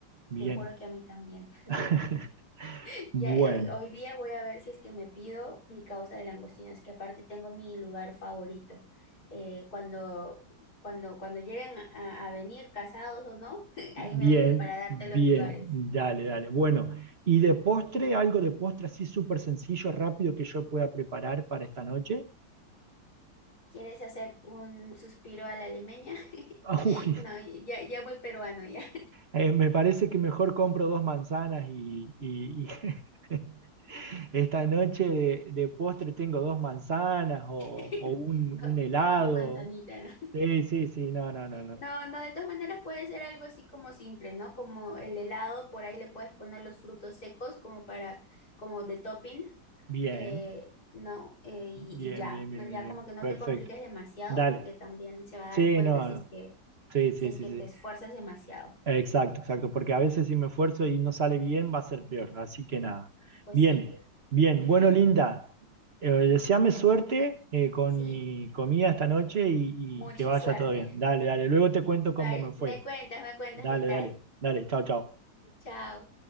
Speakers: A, on the right (about 40°); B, on the left (about 60°).
A: Bien.
B: Te juro que a mí también.
A: <laughs>
B: <laughs>
A: Bueno,
B: Ya, eh, hoy día voy a ver si es que me pido mi causa de langostinos, que aparte tengo mi lugar favorito. Eh, cuando, cuando, cuando lleguen a, a venir casados o no, <laughs>
A: bien,
B: ahí me avisa para darte
A: bien,
B: los lugares.
A: dale, dale. Bueno, y de postre, algo de postre así súper sencillo, rápido que yo pueda preparar para esta noche.
B: ¿Quieres hacer un suspiro a la limeña? <laughs>
A: <laughs> Uy.
B: No, ya, ya muy peruano, ya.
A: Eh, me parece que mejor compro dos manzanas y, y- y <laughs> esta noche de, de postre tengo dos manzanas o,
B: <laughs>
A: o un,
B: To-
A: un helado.
B: Toma tu manzanita, ¿no?
A: Sí, sí, sí, no, no, no, no.
B: No, no, de todas maneras puede ser algo así como simple, ¿no? Como el helado, por ahí le puedes poner los frutos secos como para, como de topping,
A: Bien,
B: eh, ¿no? Eh, y,
A: bien,
B: y ya,
A: bien,
B: ¿no?
A: bien,
B: Ya
A: bien, bien.
B: como que no
A: Perfecto.
B: te compliques demasiado
A: Dale.
B: porque también se va a
A: Sí,
B: dar cuenta
A: no,
B: si
A: no.
B: es que,
A: Sí, sí,
B: si es
A: sí,
B: que
A: sí.
B: te esfuerzas demasiado.
A: Exacto, exacto, porque a veces si me esfuerzo y no sale bien, va a ser peor. Así que nada.
B: Pues
A: Bien,
B: sí.
A: bien.
B: <laughs>
A: Bueno, Linda, eh, deséame suerte eh, con
B: Sí,
A: mi comida esta noche y,
B: mucha
A: y que vaya
B: suerte.
A: todo bien. Dale, dale. Luego te cuento
B: Vale,
A: cómo me fue.
B: me cuentas, me cuentas
A: Dale,
B: qué tal.
A: dale, dale. Chao, chao.
B: Chao.